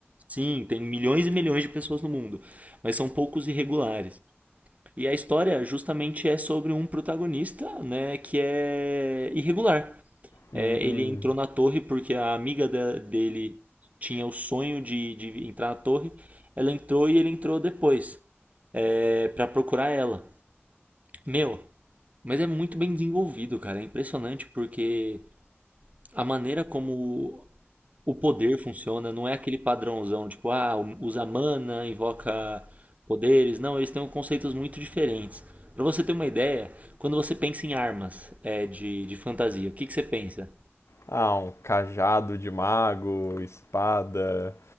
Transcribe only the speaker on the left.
Hum.
Ah, um cajado de mago, espada,